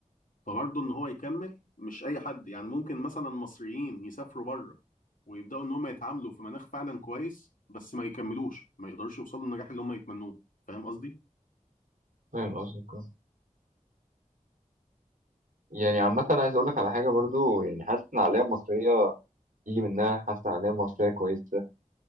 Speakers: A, on the left; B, on the right.
A: فبرضه ان هو يكمل مش اي حد يعني ممكن مثلا مصريين يسافروا بره ويبداوا ان هم يتعاملوا في مناخ فعلا كويس بس ما يكملوش ما يقدروش يوصلوا للنجاح اللي هم يتمنوه فاهم قصدي؟
B: فاهم قصدك آه. يعني عامة أنا عايز أقول لك على حاجة برضو يعني حاسس إن العقلية المصرية يجي منها حاسس إن العقلية المصرية كويسة